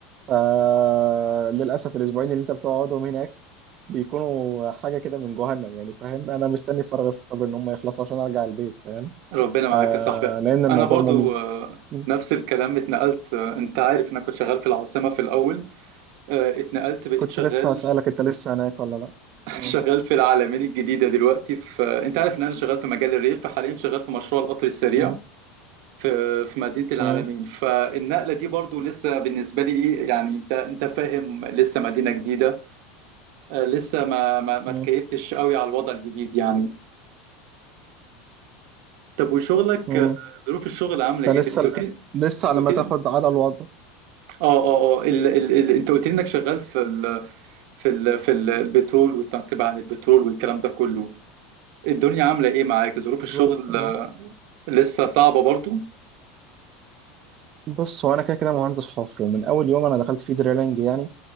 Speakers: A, on the right; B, on the right.
A: فللأسف الأسبوعين اللي أنت بتقعدهم هناك بيكونوا حاجة كده من جهنم يعني فاهم أنا مستني فارغ الصبر إن هم يخلصوا عشان أرجع البيت فاهم
B: ربنا معاك
A: آه
B: يا صاحبي
A: لأن الموضوع
B: انا برضو
A: مميت
B: آه،
A: م.
B: نفس الكلام اتنقلت آه، انت عارف انا كنت شغال في العاصمة في الاول آه، اتنقلت بقيت
A: كنت
B: شغال
A: لسه هسألك أنت لسه هناك ولا لأ
B: <laughs>
A: م.
B: شغال في العلمين الجديدة دلوقتي في آه، انت عارف ان انا شغال في مجال الريف فحاليا شغال في مشروع القطر السريع
A: م.
B: في في مدينة العالمين
A: م.
B: فالنقلة دي برضو لسه بالنسبة لي ايه يعني انت انت فاهم لسه مدينة جديدة آه، لسه ما ما ما
A: م.
B: اتكيفتش قوي على الوضع الجديد يعني طب وشغلك
A: م.
B: آه، ظروف الشغل عاملة
A: فلسه
B: ايه انت
A: ال-
B: قلت لي
A: لسه
B: أنت
A: على
B: قلت
A: ما
B: لي-
A: تاخد على الوضع
B: اه اه اه ال... ال... ال... انت قلت لي انك شغال في ال... في ال... في ال- البترول والتنقيب عن البترول والكلام ده كله الدنيا عاملة ايه معاك ظروف
A: بالظبط
B: الشغل
A: اه
B: آه، لسه صعبة برضو
A: بص هو انا كده كده مهندس حفر ومن اول يوم انا دخلت فيه دريلنج يعني